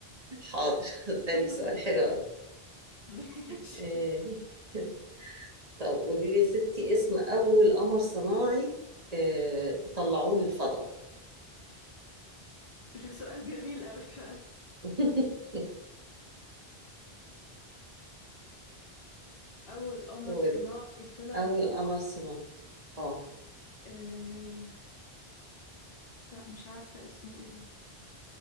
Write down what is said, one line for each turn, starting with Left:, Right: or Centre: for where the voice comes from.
Right: حاضر هسألك
Left: <laughs>
Right: سؤال حلو قوي
Left: ماشي
Right: إيه. <laughs> طب قولي لي يا ستي اسم أول قمر صناعي إيه طلعوه للفضاء
Left: ده سؤال جميل قوي فعلا
Right: <laughs>
Left: أول قمر
Right: قولي
Left: صناعي طلع
Right: أول
Left: الفضاء
Right: قمر صناعي اه
Left: آه... لا مش عارفة اسمه ايه ده